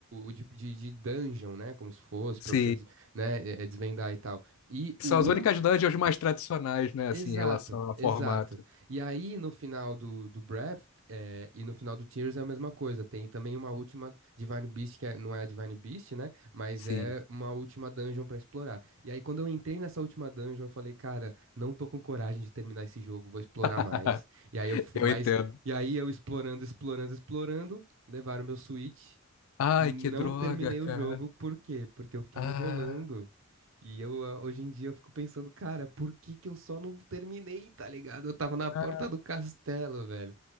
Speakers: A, on the right (about 65°); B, on the left (about 80°).
A: de, de, de dungeon, né? Como se fosse,
B: Sim.
A: pra você, des- né? eh, desvendar e tal. E o
B: São
A: último
B: as únicas dungeons mais tradicionais, né, assim,
A: Exato,
B: em relação ao
A: exato.
B: formato.
A: E aí, no final do, do Breath, eh, e no final do Tears é a mesma coisa. Tem também uma última Divine Beast, que é- não é a Divine Beast, né? Mas
B: Sim.
A: é uma última dungeon pra explorar. E aí, quando eu entrei nessa última dungeon, eu falei, cara, não tô com coragem de terminar esse jogo, vou explorar
B: <laughs>
A: mais. E aí eu, fu-
B: Eu
A: mas,
B: entendo.
A: e aí eu explorando, explorando, explorando, levaram meu Switch.
B: Ai,
A: Não
B: que droga,
A: terminei
B: cara.
A: o jogo, por quê? Porque eu fiquei
B: Ah.
A: enrolando. E eu, ah, hoje em dia, eu fico pensando, cara, por que que eu só não terminei, tá ligado? Eu tava na porta
B: ah.
A: do castelo, velho.